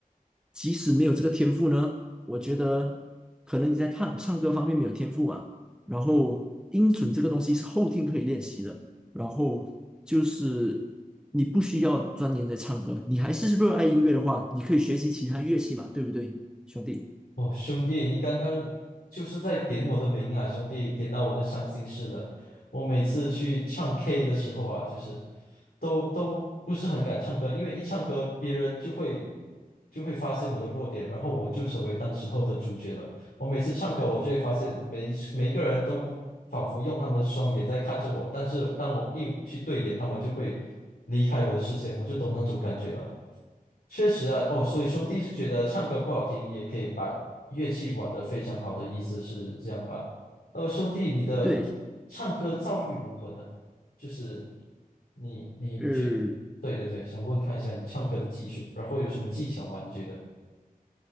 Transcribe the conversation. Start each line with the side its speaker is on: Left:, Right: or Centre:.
Centre: 即使没有这个天赋呢，我觉得可能你在唱唱歌方面没有天赋啊。然后音准这个东西是后天可以练习的，然后就是你不需要钻研在唱歌，你还是热爱音乐的话，你可以学习其他乐器嘛，对不对，兄弟？
Left: 哦，兄弟，你刚刚就是在点我的名啊，兄弟，点到我的伤心事了。我每次去唱 K 的时候啊，就是都都不是很敢唱歌，因为一唱歌，别人就会就会发现我的弱点，然后我就成为当时候的主角了。我每次唱歌，我就会发现每每一个人都仿佛用他们的双眼在看着我，但是当我一去对眼，他们就会离开我的视线，我就懂那种感觉了。确实啊，哦，所以兄弟是觉得唱歌不好听，也可以把乐器玩得非常好的意思是这样吧？那么兄弟，你的
Centre: 对，
Left: 唱歌造诣如何呢？就是你你觉，
Centre: 呃，
Left: 对对对，想问看一下你唱歌的技术，然后有什么技巧吗？你觉得？